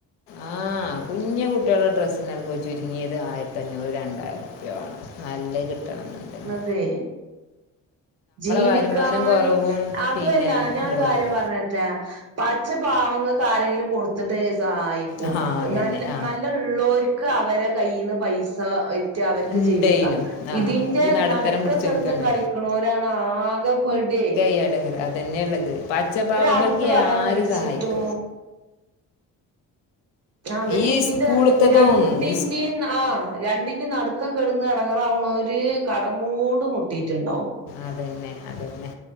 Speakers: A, on the left; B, on the right.
A: ആഹ് കുഞ്ഞകുട്ട്യളെ ഡ്രസ്സിനാണം പ്പൊ ചുരുങ്ങിയത് ആയിരത്തഞ്ഞൂറ് രണ്ടായിർപ്യാ വാണം നല്ലെ കിട്ടണംന്ന്ണ്ടെങ്ങി
B: ദേ ജീവിക്കാന്
A: വരുമാനം കുറവും
B: അതൊല്ല
A: പിന്നെ
B: ഞാൻ
A: ഇത്
B: ഒരു
A: കുറവും
B: കാര്യം പറഞ്ഞരട്ടെ പച്ച പാവങ്ങൾക്ക് ആരെങ്കിലും കൊടുത്തിട്ട് സഹായിക്കും
A: ആ അതന്നെ
B: നല്ല
A: ആ
B: നല്ല ള്ളോര് ക്കവരെ കയ്യിന്ന് പൈസ ഒ റ്റ് അവര്ക്ക്
A: ഉണ്ടേനു
B: ജീവിക്ക.
A: ആ
B: ഇതിന്റെ
A: ഈ നടുത്തരം
B: നട്ക്കെ
A: പിടിച്ചു
B: കെട്ന്ന്
A: നിൽക്കാണ്
B: കളിക്ക്‌ ണോരാണ് ആകെ പെടെയ്
A: യെടങ്ങേറ് അതെന്യള്ളത് പച്ച പാവങ്ങൾക്ക്
B: അവിടുന്ന് കടം
A: യാരിം
B: മേടിച്ചിട്ടും
A: സഹായിക്ക്‌
B: അവര്
A: ഈ
B: ഇതിന്റെ
A: സ്കൂളത്തതും
B: രണ്ടിന്റെയും
A: ഇസ്-
B: നാ ആഹ് രണ്ടിന്റിം നടുക്കെ കെടന്ന് എടങ്ങറാവ്ണോര് കടങ്ങോണ്ട് മുട്ടിറ്റ്ണ്ടാവും
A: അതെന്നെ അതന്നെ